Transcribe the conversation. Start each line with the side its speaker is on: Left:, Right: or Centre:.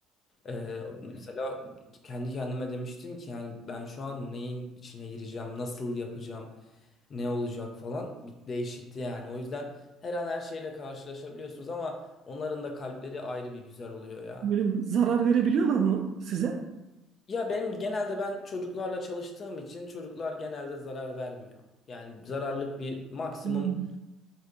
Left: Ee, mesela kendi kendime demiştim ki yani ben şu an neyin içine gireceğim, nasıl yapacağım, ne olacak falan bir değişikti yani. O yüzden her an her şeyle karşılaşabiliyorsunuz ama onların da kalpleri ayrı bir güzel oluyor ya.
Right: Böyle mi? zarar verebiliyorlar mı size?
Left: Ya benim genelde ben çocuklarla çalıştığım için çocuklar genelde zarar vermiyor. Yani zararlık bir maksimum
Right: Hmm.